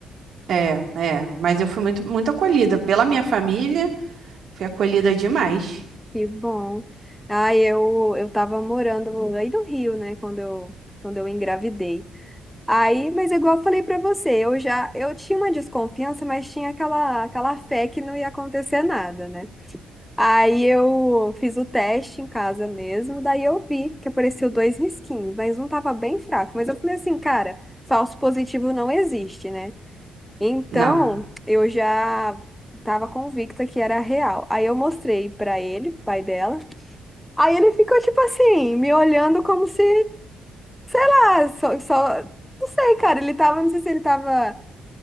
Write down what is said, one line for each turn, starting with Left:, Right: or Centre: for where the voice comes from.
Right: É, é, mas eu fui muito, muito acolhida pela minha família, fui acolhida demais.
Centre: Que bom. Ai, eu, eu tava morando aí no Rio, né, quando eu, quando eu engravidei. Aí, mas igual eu falei pra você, eu já, eu tinha uma desconfiança, mas tinha aquela, aquela fé que não ia acontecer nada, né? Aí eu fiz o teste em casa mesmo, daí eu vi que apareceu dois risquinhos, mas um tava bem fraco. Mas eu falei assim, cara, falso positivo não existe, né? Então,
Right: Não,
Centre: eu já tava convicta que era real. Aí eu mostrei pra ele, pai dela, Aí ele ficou, tipo assim, me olhando como se, ah, só, só, não sei, cara, ele tava, não sei se ele tava